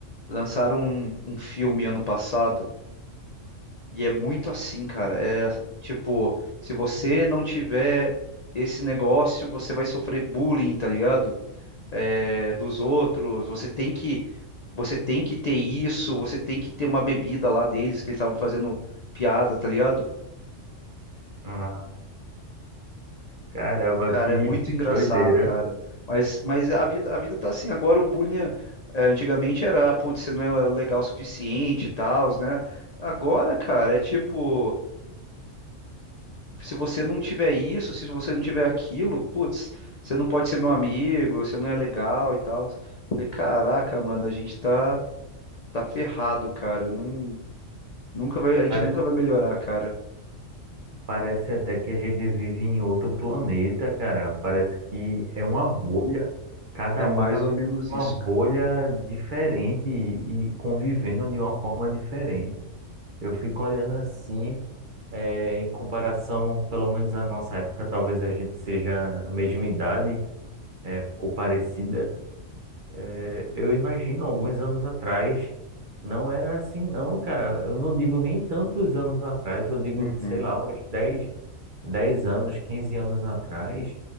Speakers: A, on the left; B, on the right.
A: lançaram um, um filme ano passado E é muito assim, cara. É tipo, se você não tiver esse negócio, você vai sofrer bullying, tá ligado? É, dos outros. Você tem que, você tem que ter isso. Você tem que ter uma bebida lá deles que eles estavam fazendo piada, tá ligado?
B: Ah, caramba,
A: Cara,
B: que
A: é muito
B: <laughs>
A: engraçado,
B: doideira.
A: cara. Mas, mas a vida, a vida tá assim. Agora o bullying, é- é, antigamente era, putz, você não é legal o suficiente e tal, né? Agora, cara, é tipo. se você não tiver isso, se você não tiver aquilo, putz, você não pode ser meu amigo, você não é legal e tal. Falei, caraca, mano, a gente tá, tá ferrado, cara. Não, nunca vai, a gente
B: Pare-
A: nunca vai melhorar, cara.
B: Parece até que a gente vive em outro planeta, cara. Parece que é uma bolha. Cada
A: É
B: um
A: mais
B: tá vivendo
A: ou menos isso,
B: uma bolha
A: cara.
B: diferente e, e convivendo de uma forma diferente. Eu fico olhando assim, é, em comparação, pelo menos à nossa época, talvez a gente seja a mesma idade, é, ou parecida. É, eu imagino, alguns anos atrás, não era assim, não, cara. Eu não digo nem tantos anos atrás, eu digo,
A: Uhum,
B: sei lá, uns dez, dez anos, 15 anos atrás,